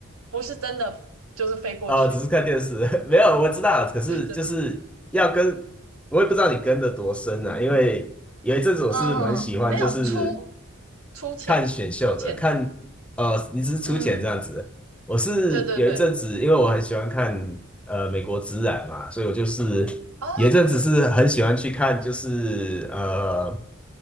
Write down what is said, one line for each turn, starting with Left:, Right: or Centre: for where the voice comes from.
Right: 不是真的就是飞过去。
Centre: 哦，只是看电视，<laughs> 没有我知道，可是就是要跟，
Right: 对对，
Centre: 我也不知道你跟的多深啊，因为有一阵子我是蛮喜欢，
Right: 嗯，没有出
Centre: 就是
Right: 出钱出钱的，
Centre: 看选秀的，看呃，你只是出钱这样子。
Right: 嗯，
Centre: 我是有一阵子，
Right: 对对对
Centre: 因为我很喜欢看呃美国职篮嘛，所以我就是有一阵子是很喜欢去看，
Right: 啊，
Centre: 就是呃